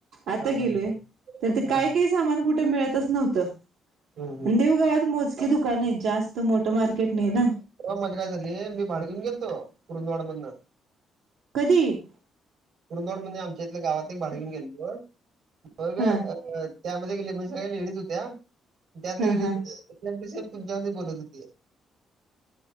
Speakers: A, on the right; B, on the right.
A: आता
B: हा
A: गेलोय
B: हा
A: तर ते
B: हा
A: काय काही सामान कुठे मिळतच नव्हतं
B: हम्म हम्म
A: देवगावात मोजके दुकान आहेत जास्त मोठं मार्केट नाही ना
B: हो मग काय झालीय मी भाड घेऊन गेलतो कुरुंदवाड मधन
A: कधी
B: कुरंदवड म्हणजे आमच्या इथल्या गावात एक भाड घऊन गेलो मग अ
A: हा
B: त्यामध्ये गेले म्हणजे सगळ्या लेडीज होत्या त्यातले
A: हा
B: गे लेज
A: हा
B: सेम टू सेम तुमच्या म बोलत होते